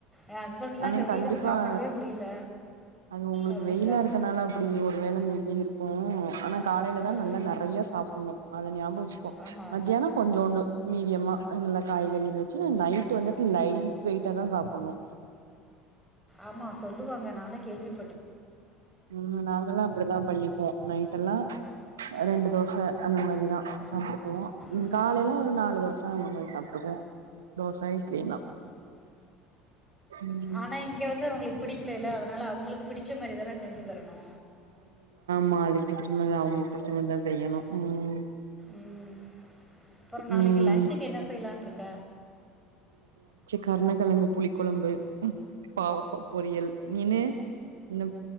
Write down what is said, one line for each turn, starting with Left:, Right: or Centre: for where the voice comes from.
Centre: எ ஹஸ்பண்ட்லா
Right: ஆனா
Centre: இந்த வெயிலுக்கு
Right: கண்டிப்பா
Centre: சாப்டவே முடியல.
Right: அது உங்களுக்கு
Centre: அப்படிங்கிறாங்க
Right: வெயிலா இருக்கனால அப்பிடி ஒரு வேள மேபி இருக்கு ஆனா காலையில தா
Centre: ம்
Right: நல்லா நெறைய சாப்பிடுணு அதை ஞாபக வெச்சுக்கோ
Centre: ஆமாம்
Right: மதியானோ கொஞ்சூண்டு. மீடியம்மா நல்லா காய்கறிக வச்சு நைட். வந்துட்டு லைட் வெயிட்டா தா சாப். பட்னு
Centre: ஆமா சொல்லுவாங்க நானே கேள்விப்..
Right: உம் நாங்கலா அப்டித்தா பண்ணிக்குவோ நைட் எல்லா ரெண்டு தோச அந்த மாதிரிதா சாப்பிட்டுக்குவோ,
Centre: ம்,
Right: காலைல ஒரு நாலு தோசை அந்த மாரி சாப்பிட்டுக்குவோ. தோச இட்லினா. ம்
Centre: ஆனா இங்க வந்து அவங்களுக்கு பிடிக்கலல்ல, அதனால அவங்களுக்கு பிடிச்ச மாரி தானே செஞ்சு தரணு
Right: மா அதுக் பிடிச்சமாதி அவங்களுக்கு பிடிச் மாரி. செய்யணு உம்.
Centre: உம் அப்புறோ நாளைக்கு
Right: ம்
Centre: லன்ச்சுக்கு என்ன செய்யலான்ட் இருக்க.
Right: கர்ணகெழங்கு புளிப் கொழம்பு. பாவக்க பொரியல் நீனு. இன்னு